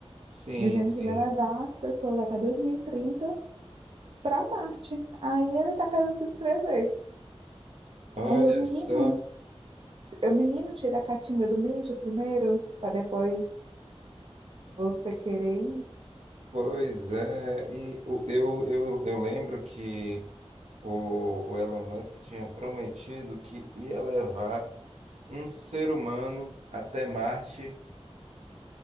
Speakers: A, on the right (about 75°); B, on the right (about 55°).
A: Sim,
B: dizendo
A: sim.
B: que vai levar as pessoas até 2030 para Marte. Aí ele tá querendo se inscrever.
A: Olha
B: Aí o menino,
A: só,
B: o menino, tira a catinga do mijo primeiro, para depois você querer ir.
A: pois é. E o- eu, eu, eu lembro que. O, o Elon Musk tinha prometido que ia levar um ser humano até Marte